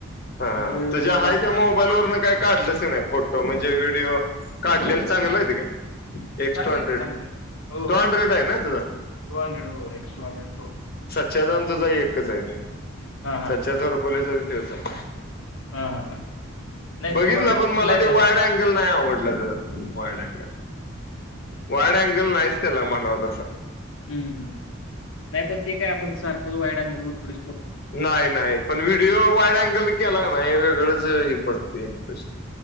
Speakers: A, on the left (about 75°); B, on the left (about 45°).
A: तेवढा
B: हा
A: वेळ
B: तुझ्या हाय
A: वाचला
B: त्या मोबाईल
A: आपला
B: वरन काय काढलंस का नाय फोटो म्हणजे? जे व्हिडिओ काढलेल चांगल आहेत काय? एक्स्ट्रा
A: चांगले
B: हंड्रेड,
A: आहे की चांगले हो हो
B: टू हंड्रेड आहे ना तुझा?
A: टू हंड्रेड होय, एक्स्ट्रा हंड्रेड प्रो.
B: सच्याचा आणि तुझा एकच आहे ते
A: हा हा
B: सच्या
A: हा
B: थरपोलेचा बी तोच हाय.
A: हा हा हा. नाही
B: बघितलं
A: टू हंड्रेड
B: पण
A: कुठला
B: मला
A: आहे
B: ते
A: त्याचा
B: वाईट अँगल नाही आवडलं तेचा. वाईट अँगल वाईट अँगल नाहीच त्याला म्हणाव तसा.
A: हम्म नाही पण ते काय आपण सारखं वाईट अँगल थोडी
B: नाही नाही पण व्हिडिओ वाईट अँगलन केला कनाय वेगळंच हे पडतेय इम्प्रेशन.